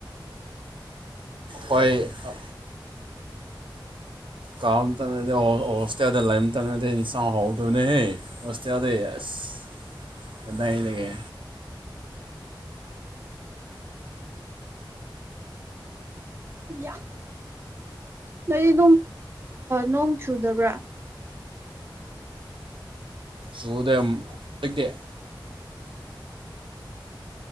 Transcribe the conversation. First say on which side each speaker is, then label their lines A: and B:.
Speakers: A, on the right; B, on the right.
A: ꯍꫭꯏ ꯑ ꯀꯥꯝꯇꯝꯗꯗꯤ ꯍꫭ ꯍꫭꯁꯇꯦꯜꯗ ꯂꯩꯝꯇꯝꯗꯗꯤ ꯏꯟꯁꯥꯡ ꯍꯥꯎꯗꯕꯅꯦꯍꯦ ꯃꯁꯇꯦ ꯑꯗꯩꯗꯥꯏ ꯂꯩꯒꯦ
B: ꯌꯥ ꯅꯣꯏꯗꯤ ꯅ ꯅꯣꯡ ꯆꯨꯗꯕ꯭ꯔꯥ
A: ꯆꯨꯗꯦꯝ ꯍꯨꯖꯤꯛꯇꯤ